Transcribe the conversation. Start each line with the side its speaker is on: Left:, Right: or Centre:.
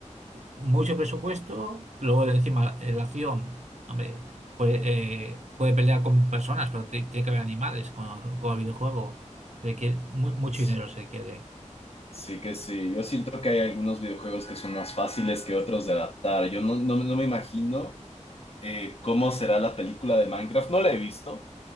Right: mucho presupuesto, luego encima eh, la acción, hombre, pues, eh, puede pelear con personas, pero ti- tiene que haber animales con, con el videojuego. Requiere, mu- mucho
Left: sí,
Right: dinero se requiere.
Left: sí que sí. Yo siento que hay algunos videojuegos que son más fáciles que otros de adaptar. Yo no, no, no me imagino. eh, cómo será la película de Minecraft. No la he visto,